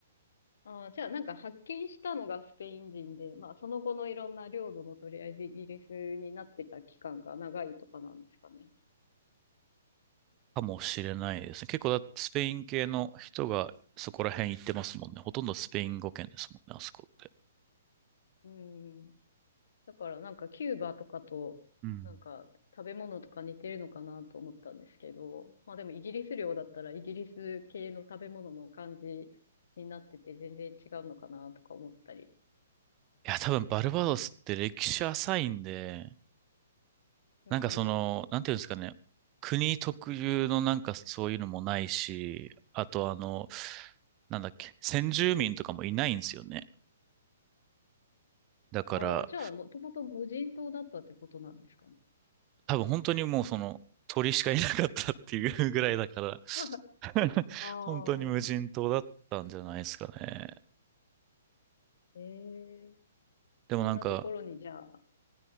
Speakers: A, on the left (about 60°); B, on the right (about 30°).
A: ああ、じゃあなんか発見したのがスペイン人で、まあその後のいろんな領土の取り合いでイギリスになってた期間が長いとかなんですかね。
B: かもしれないですね。結構だ、スペイン系の人がそこら辺行ってますもんね。ほとんどスペイン語圏ですもんね、あそこって。
A: うん。うんだからなんかキューバとかと、
B: うん。
A: なんか食べ物とか似てるのかなと思ったんですけど、まあでもイギリス領だったらイギリス系の食べ物の感じになってて全然違うのかなとか思ったり。
B: いや、多分バルバドスって歴史浅いんで、
A: うん。
B: なんかその、なんていうんですかね、国特有のなんかそういうのもないし、あとあの、なんだっけ、先住民とかもいないんですよね。だから、
A: ああ、じゃあもともと無人島だったってことなんですかね。
B: 多分本当にもうその、鳥しかいなかったっていうぐらいだから、
A: <laughs>
B: <laughs>
A: あ
B: 本当に無人島だったんじゃないですかね。
A: あ、ええ
B: でもなんか、
A: そんなところに、じゃあ、